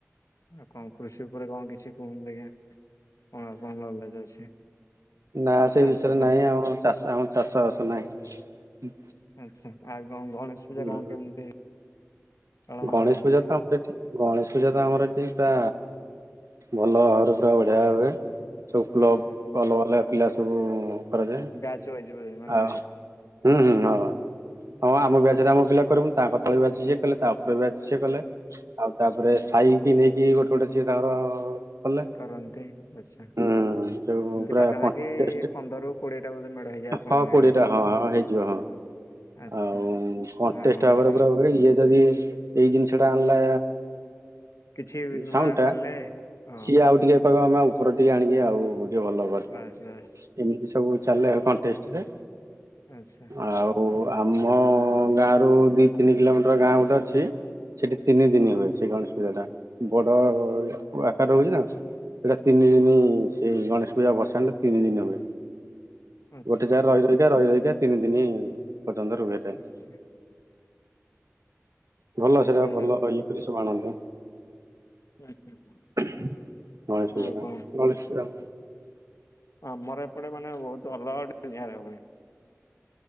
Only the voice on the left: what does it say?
ଆଉ କଣ କୃଷି ଉପରେ କଣ କିଛି କୁହନ୍ତୁ ଆଜ୍ଞା କଣ ଆପଣଙ୍କ ନଲେଜ୍ ଅଛି।
ଚାଷ
ପାଇଁ
ଆଚ୍ଛା, ଆଉ କଣ ଗଣେଶ ପୂଜା
କଣ କେମିତି, ପାଳନ
କରନ୍ତି?
ଆଚ୍ଛା
ବ୍ୟାଚ୍ ୱାଇଜ୍ ବୋଧେ ମାନେ
କରନ୍ତି ଆଚ୍ଛା।
ଏମିତି
ପାଖାପାଖି
ପନ୍ଦରରୁ କୋଡିଏ ଟା ବୋଧେ ମେଢ ହେଇଯାଏ ଆପଣଙ୍କ
ଗାଁରେ?
ଆଚ୍ଛା
ଆଉ କଣ
କେମିତି
କଣ
କିଛି ନୂଆ
କଲେ ହଁ
ବାସ୍ ବାସ୍
ଆଚ୍ଛା
ହୁଁ
ହୁଁ
ଆଚ୍ଛା।
ଆଚ୍ଛା।
ଏମିତି
ତାହେଲେ
ଆଉ
ହୁଁ ହୁଁ
ଆଉ
କଣ
ଆମର ଏପଟେ ମାନେ ବହୁତ ଅଲଗା ଟିକେ ନିଆରା ହୁଏ।